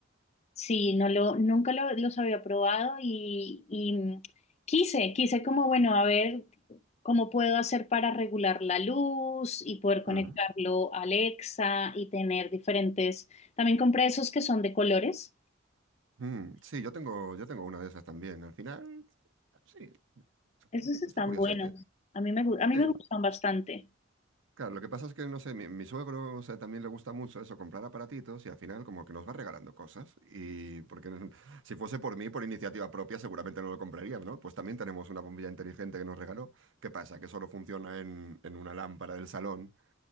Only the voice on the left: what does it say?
Sí, no lo, nunca lo- los había probado y, y, mm, quise, quise como, bueno, a ver cómo puedo hacer para regular la luz y poder conectarlo
a Alexa y tener diferentes. También compré esos que son de colores.
Esos están
buenos. A mí me, gu- a mí
me gustan bastante.